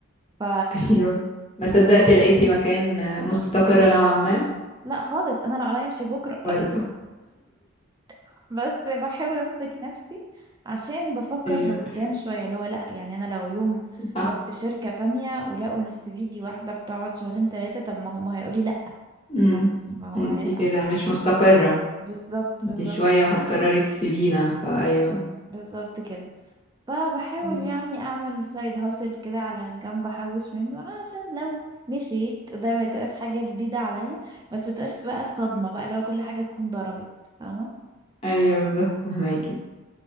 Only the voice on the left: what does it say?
أيوه ما صدقت لقيتي مكان آه، مستقرة نوعا ما
برضه
أيوه
صح
مم.
أنتي
كده مش مستقرة
أنتي
شوية وهتقرري تسيبينا فأيوه
مم.
أيوه بالظبط فهماكي